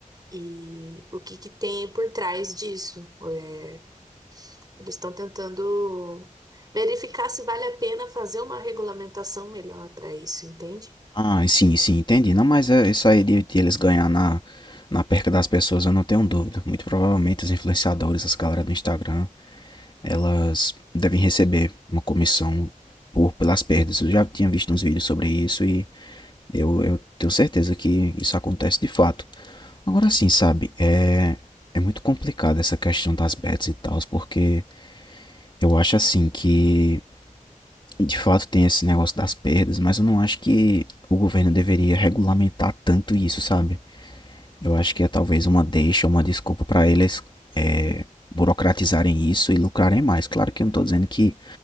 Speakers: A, on the right; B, on the left.
A: e o que que tem por trás disso. É, eles estão tentando verificar se vale a pena fazer uma regulamentação melhor para isso, entende?
B: Ah, sim, sim, entendi. Não, mas é isso aí de, de eles ganhar na, na perca das pessoas, eu não tenho dúvida. Muito provavelmente os influenciadores, as galera do Instagram, elas devem receber uma comissão por pelas perdas. Eu já tinha visto uns vídeos sobre isso e Eu, eu tenho certeza que isso acontece de fato. Agora sim, sabe, é, é muito complicado essa questão das bets e tal, porque eu acho assim que de fato tem esse negócio das perdas, mas eu não acho que o governo deveria regulamentar tanto isso, sabe? Eu acho que é talvez uma deixa, uma desculpa para eles é, burocratizarem isso e lucrarem mais. Claro que eu não tô dizendo que